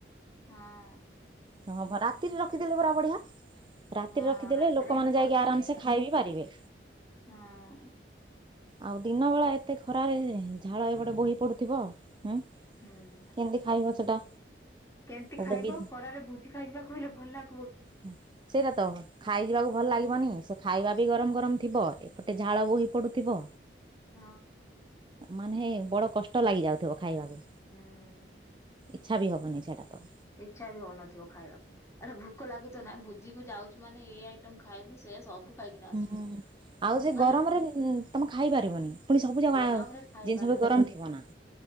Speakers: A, on the left (about 15°); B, on the right (about 25°).
A: ହଁ।
B: ହ ହବ ରାତିରେ ରଖିଦେଲେ ପୁରା ବଢିଆ। ରାତିରେ
A: ହଁ
B: ରଖିଦେଲେ
A: ରାତିରେ
B: ଲୋକମାନେ
A: ହିଁ
B: ଯାଇକି
A: କରୁଛନ୍ତି
B: ଆରାମ
A: ଯେ
B: ସେ ଖାଇ ବିି ପାରିବେ।
A: ହଁ
B: ଆଉ ଦିନ ବେଳା ଏତେ ଖରାରେ ଝାଳ ଏପଟେ ବୋହି ପଡୁଥିବ ହୁଁ।
A: ହୁଁ।
B: କେମିତି ଖାଇବ ସେଟା।
A: କେମିତି
B: ଗୋଟେ
A: ଖାଇବ
B: ବି
A: ଖରାରେ ଭୁଜି ଖାଇଯିବାକୁ ହେଲେ ଭଲ ଲାଗୁବ କି।
B: ହଁ ସେଇଟା ତ ଖାଇଯିବାକୁ ଭଲ ଲାଗିବନି
A: ହୁଁ
B: ସେ ଖାଇବା ବି ଗରମ ଗରମ ଥିବ ଏପଟେ ଝାଳ ବୋହି ପଡ଼ୁଥିବ।
A: ହଁ
B: ମାନେ ବଡ଼ କଷ୍ଟ ଲାଗିଯାଉଥିବ ଖାଇବାକୁ
A: ହୁଁ
B: ଇଚ୍ଛା ବି ହେବନି ସେଇଟା ତ।
A: ଇଚ୍ଛା ବି ହଉନଥିବ ଖାଇବାକୁ। ଏଟା ଭୋକ ଲାଗୁଛ ନା ଭୋଜି କୁ ଯାଉଛୁ ମାନେ ଏଇ ଆଇଟମ ଖାଇବୁ ସେ ସବୁ ଖାଇକିନା
B: ହୁଁ।
A: ଆସିବୁ।
B: ଆଉ ସେ
A: ନା
B: ଗରମରେ
A: ନାଇଁ
B: ତମେ ଖାଇ ପାରିବନି ପୁଣି ସବୁ ଜାଗା
A: ଗରମରେ
B: ଜିନିଷ
A: ଖାଇପାରିବ
B: ବି ଗରମ
A: ନାହିଁ
B: ଥିବ ନା।